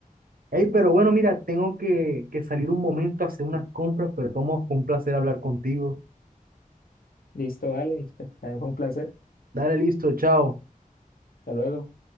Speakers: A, on the right; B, on the left.
A: Ey, pero bueno, mira, tengo que, que salir un momento a hacer unas compras, pero tomo, fue un placer hablar contigo.
B: Listo, vale. También fue un placer.
A: Dale, listo, chao.
B: Hasta luego.